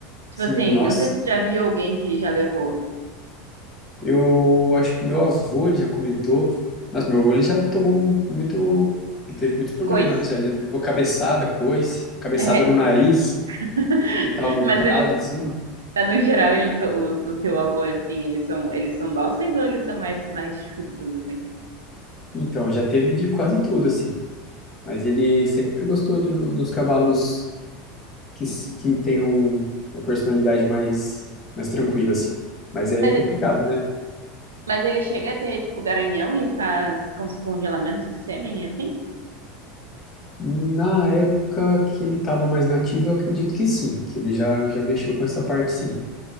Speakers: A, on the right (about 85°); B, on the left (about 30°).
A: Tipo
B: Sim,
A: assim,
B: nossa.
A: eu não sei se você já viu alguém que já levou
B: Eu acho que o meu avô, ele já comentou. Nossa, meu avô, ele já tomou mu- muito. Ele teve muitos problemas
A: coice.
B: já. Ele levou cabeçada, coice, cabeçada
A: É,
B: no nariz.
A: <laughs>
B: Ele tava montado
A: mas eles,
B: em cima.
A: é, no geral, eles são os do teu avô, assim, eles são, eles são dóceis ou eles são mais, mais chucros, assim?
B: Então, já teve de quase tudo, assim. Mas ele sempre gostou do- dos cavalos que, s- que tenham uma personalidade mais, mais tranquila, assim. Mas é
A: Mas,
B: complicado, né?
A: mas ele chega a ter, tipo, garanhão e faz con- congelamento de sêmen, enfim?
B: Na época que ele estava mais nativo, eu acredito que sim, que ele já, já mexeu com essa parte, sim.